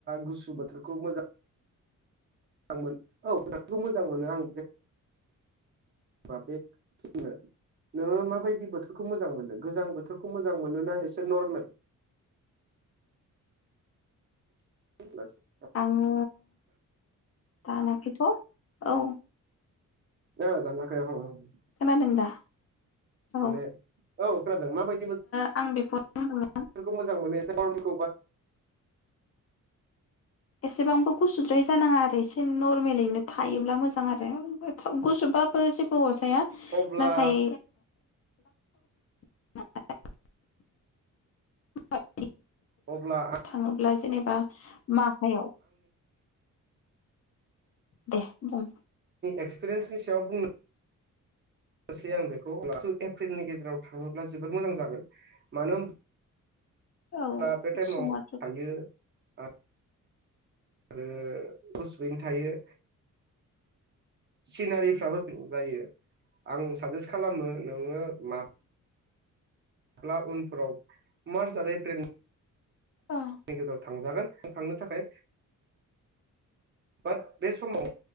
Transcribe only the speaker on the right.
गुसु बोथोरखौ मोजां औ <unintelligible> खौ मोजां मोनो आं बा बे नोङो माबायदि बोथोरखौ मोजां मोनो गोजां बोथोरखौ मोजां मोन ना एसे नरमेल <inaudible>
ओ दानाखै आब <unintelligible>
माने औ खोनादों नों माबायदि मोन
बेखौ मोजां मोनो <unintelligible>
अब्ला
अब्ला आं
एक्सपिरियेन्सनि सायाव बुंनो सै आं बेखौ <unintelligible> एप्रिलनि गेजेराव थाङोब्ला जोबोर मोजां जागोन मानो होन
अब्ला बे टाइमाव
थायो आ आरो गुसुयैनो थायो। सिनारिफ्राबो बें जायो। आं साजेस्ट खालामो नोङो मा ब्ला उनफोराव मार्च आरो एप्रिलनि
गेजेराव थांजागोन थांनो थाखाय बाट बे समाव